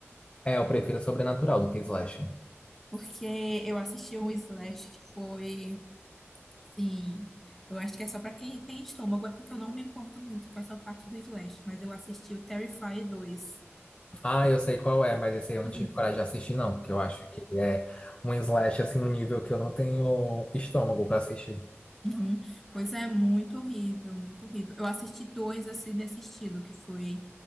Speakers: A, on the left; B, in the centre.
A: É, eu prefiro Sobrenatural do que Slash.
B: porque eu assisti um Slash que foi, assim, eu acho que é só pra quem tem estômago, é porque eu não me importo muito com essa parte do Slash, mas eu assisti o Terrifier 2.
A: Ah, eu sei qual é, mas esse aí eu não
B: Uhum,
A: tive coragem de assistir, não, porque eu acho que é um Slash assim no nível que eu não tenho estômago pra assistir.
B: uhum. Pois é, muito horrível, muito horrível. Eu assisti dois, assim, nesse estilo, que foi